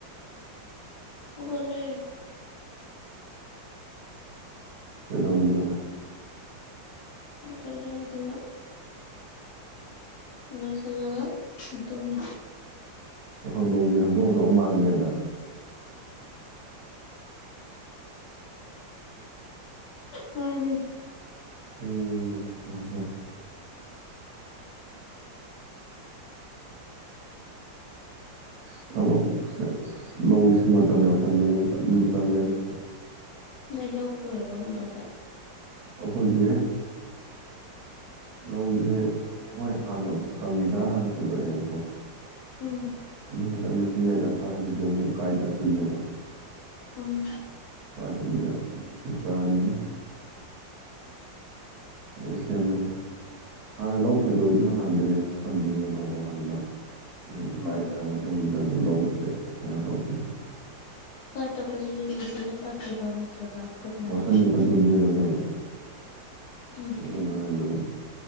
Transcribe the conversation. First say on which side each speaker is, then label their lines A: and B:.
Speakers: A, on the left; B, on the right.
A: ꯍꯧꯒꯠꯂꯦ
B: ꯀꯩꯗꯧꯅꯤꯕ ꯅ
A: ꯍꯧꯒꯠꯂꯦ ꯑꯗꯨꯒ ꯂꯣꯏꯁꯤꯜꯂꯒ ꯇꯨꯝꯃꯤ
B: ꯍꯧꯗꯣꯡꯁꯦ ꯍꯧꯗꯣꯡ ꯑꯆꯧꯕ ꯃꯥꯅꯗ꯭ꯔꯦꯗ
A: ꯃꯥꯅꯦ
B: ꯎꯝ ꯐꯔꯦ ꯐꯔꯦ ꯑꯁ ꯊꯕꯛꯁꯦ ꯂꯧ ꯏꯁꯤꯡ ꯃꯇꯝ ꯌꯥꯎꯁꯂꯛꯑꯦ ꯇꯟꯕꯨ ꯇꯜꯂꯦꯗ
A: ꯅꯣꯏ ꯂꯧ ꯈꯣꯏꯔꯕ ꯀꯩꯅꯣꯝ ꯇꯧꯗꯥꯏ
B: ꯑꯈꯣꯏꯖꯦ ꯂꯧꯁꯦ ꯍꯣꯏ ꯍꯥꯟꯅ ꯀꯪꯉꯤꯀꯅꯗ ꯍꯥꯟꯅ ꯈꯣꯏꯗꯣꯛꯑꯦꯕꯀꯣ
A: ꯎꯝ
B: ꯑꯗꯨꯃꯊꯗ ꯏꯁꯤꯡ ꯂꯩꯔꯛꯑꯀꯥꯟꯗ ꯁꯤꯁꯨ ꯑꯃꯨꯛ ꯎꯀꯥꯏ ꯇꯛꯇꯣꯏꯅꯦꯕ
A: ꯎꯝ
B: <unintelligible> ꯃꯨꯇꯥꯑꯅꯤ ꯑꯗꯨ ꯁꯦꯝꯃꯅꯤ ꯍꯥꯟꯅ ꯂꯧ ꯈꯣꯏꯗꯣꯛꯏꯗꯨꯅ ꯍꯥꯟꯅ ꯕꯦꯂꯦꯟꯁ ꯁꯝꯗꯣꯏꯅꯦꯕ ꯐꯥꯎ ꯑꯗꯨꯅ ꯎ ꯀꯥꯏ
A: ꯎꯝ
B: ꯇꯛ ꯑ ꯃꯇꯨꯡꯁꯤꯗ ꯑꯃꯨꯛ ꯂꯧꯎꯁꯦ ꯀꯩꯅꯣ ꯇꯧꯗꯧꯕ
A: ꯎꯀꯥꯏ ꯇꯛꯄꯁꯤꯁꯨ ꯃꯦꯆꯤꯟꯅ ꯇꯛꯇꯣꯏꯔꯣ ꯅꯠꯇ꯭ꯔꯒ ꯈꯨꯠꯅꯔꯣ
B: ꯑ‌ꯦꯕ‌ꯣꯔꯁꯟ ꯃꯇꯝꯅꯤꯅ‌ꯦ
A: ꯎꯝ
B: ꯀꯩꯅꯣꯅꯦ
A: ꯑꯣꯀꯦ
B: ꯑꯗꯨ ꯉꯥꯡꯉꯤꯗꯨꯕꯨ